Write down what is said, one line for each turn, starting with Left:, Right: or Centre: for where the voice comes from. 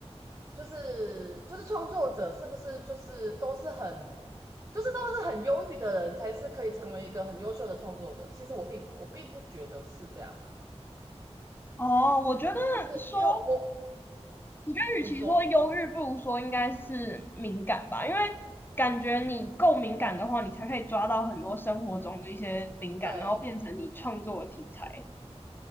Right: 就是就是创作者是不是就是都是很就是都是很忧郁的人才是可以成为一个很优秀的创作者？其实我并我并不觉得是这样啊。
Left: <laughs> 哦，我觉得说，
Right: 其实因为我
Left: 我觉得与其说忧郁，
Right: 你说
Left: 不如说应该是敏感吧，因为感觉你够敏感的话，你才可以抓到很多生活中的一些灵感，
Right: 对。
Left: 然后变成你创作的题材。